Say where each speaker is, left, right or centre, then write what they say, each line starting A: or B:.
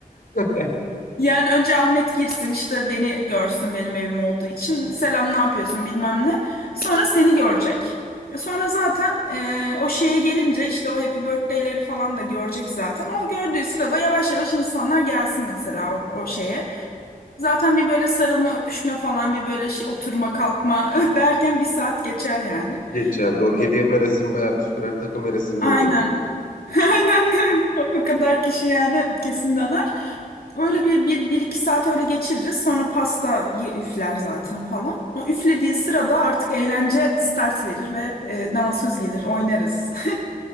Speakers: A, on the left; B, on the left.
A: <laughs>
B: Yani önce Ahmet girsin işte beni görsün benim evim olduğu için. Selam ne yapıyorsun bilmem ne. Sonra seni görecek. Sonra zaten e, o şeye gelince işte o happy birthday'leri falan da görecek zaten. O gördüğü sırada yavaş yavaş insanlar gelsin mesela o, o şeye. Zaten bir böyle sarılma öpüşme falan bir böyle şey, oturma kalkma <laughs> derken bir saat geçer yani.
A: Geçer doğru.
B: Evet.
A: Hediye merasimi bayağı bir sürer takım merasimine
B: Aynen.
A: döner.
B: <laughs> Aynen o kadar kişi yani kesin döner. Öyle bir, bir, bir iki saat öyle geçiririz. Sonra pastayı üfler zaten falan. O üflediği sırada artık eğlence start verir ve e, dansöz gelir, oynarız. <laughs>